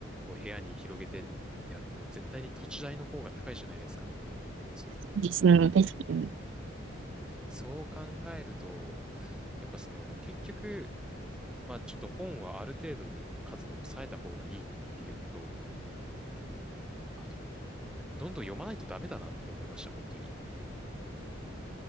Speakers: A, in the centre; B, on the right.
A: こう部屋に広げてってやっても絶対に土地代の方が高いじゃないですか。その、
B: そうですね。確かに。
A: そう考えると、やっぱその結局、まあちょっと本はある程度の数に抑えた方がいいっていうのと、あと、どんどん読まないとダメだなって思いました、本当に。